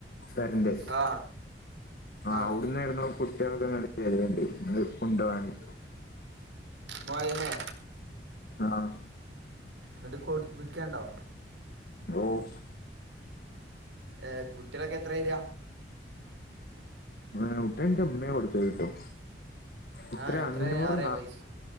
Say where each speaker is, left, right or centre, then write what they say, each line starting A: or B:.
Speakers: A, on the left (about 55°); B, on the right (about 85°).
A: പെര്ൻ്റെ
B: ആ
A: ആഹ്
B: ആ
A: അവ്ട്ന്നെവ്ട്ന്നോ കുട്ട്യേള് <unintelligible> വെര്ന്ണ്ട് ഇതിനെ കൊണ്ടോവാന്.
B: മൊയൽനെ
A: ആഹ്
B: ന്നട്ട് കൊട് വ്ക്കേണ്ടോ?
A: ഓഹ്
B: ഏഹ് കുട്ടികളൊക്കെ എത്രരിക
A: ആഹ് ഇവിടെ എന്റെ ഉമ്മയ കൊടുത്തയ്ട്ടോ കിട്ടികൾ
B: ആ എത്ര
A: അഞ്ഞൂറ്
B: അറിയാം പൈസ